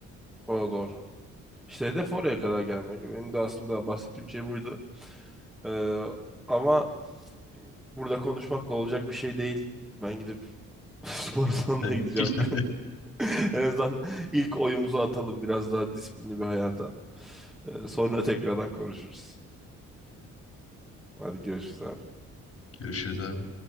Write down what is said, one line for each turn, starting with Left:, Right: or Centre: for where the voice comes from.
Centre: O da doğru. İşte hedef oraya kadar gelmek. Benim de aslında bahsettiğim şey buydu. Ee, ama burada konuşmakla olacak bir şey değil. Ben gidip <laughs> spor salonuna
Left: Yani
Centre: gideceğim.
Left: <laughs>
Centre: bir. <laughs> En azından ilk oyumuzu atalım biraz daha disiplinli bir hayata. Ee, sonra tekrardan konuşuruz. Hadi görüşürüz abi.
Left: görüşürüz abi.